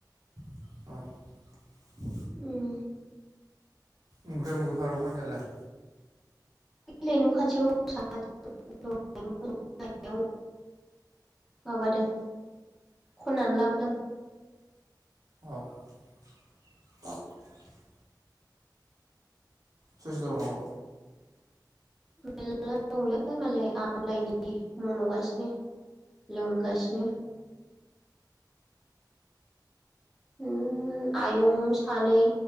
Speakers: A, on the right; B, in the centre.
A: <unintelligible>
B: उम।
A: ओमफ्राय <unintelligible> खारौ खान्दायालाय।
B: ओइ लाय <unintelligible> माबादों खन्नानै लाबोदों।
A: <unintelligible> सो सोर दं न'आव?
B: मेल्ला दंलै मालाय आमलायनि मन'गासिनो लोंगासिनो। ओम आयं सानैै